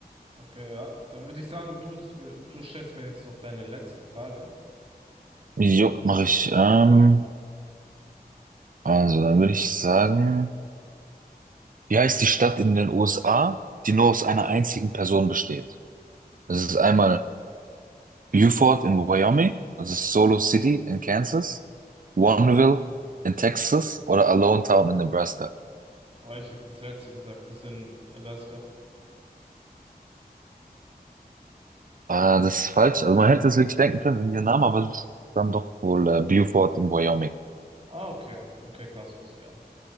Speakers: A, on the right; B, on the right.
A: Okay, ja. Dann würde ich sagen, du, willst mir, du stellst mir jetzt noch deine letzte Frage.
B: Jo, mache ich. Ähm, also, dann würde ich sagen, wie heißt die Stadt in den USA, die nur aus einer einzigen Person besteht? Das ist einmal Beaufort in Wyoming, also Solo City in Kansas, Warrenville in Texas oder Alonetown in Nebraska.
A: Oh, ich hätte das letzte gesagt, das in Alaska.
B: Ah, das ist falsch. Also man hätte es wirklich denken können wegen dem Namen, aber es ist dann doch wohl äh, Beaufort in Wyoming.
A: Ah, okay. Okay, krass, wusste ich gar nicht.